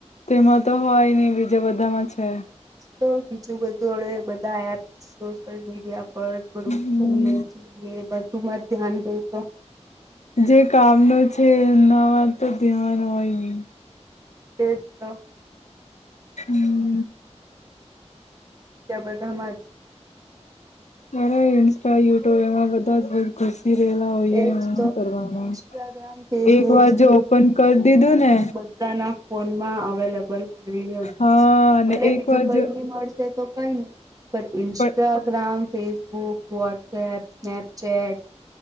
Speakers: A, on the left (about 75°); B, on the right (about 30°).
A: તેમાં તો હોય નહ બીજા બધામાં છે.
B: તો બીજું બધું હડ બધા એપ્ સોશયલ મીડિયા બડું
A: હમ
B: છલે બધું મર ધ્યાન દે તો
A: જે કામનો છે એમનાવા તો ધ્યાવાન હોય નહી.
B: તે જ તો
A: હમ.
B: ત્યા બઘા માં જ
A: મારા ઇન્સ્ટા યુટ્યુબ એમાં બધા જ ઘુસી રહેલા હોયય
B: એજ
A: નહી
B: તો
A: કરવાના
B: ઇન્સ્ટાગ્રામ ફેસબુક
A: એક વાર જો ઓપન કરી દીધું ને.
B: બધ ના ફોન માં અવેલેબલ હોય જ
A: હા અને
B: ભલે
A: એક
B: બીજું
A: વાર
B: કઈ
A: જો
B: નહી મળ તે તો કઈ નહીં પણ ઈન્સ્ટાગ્રામ
A: પણ
B: ફેસબુક, વાટ્સએપ, સ્નેપચેટ.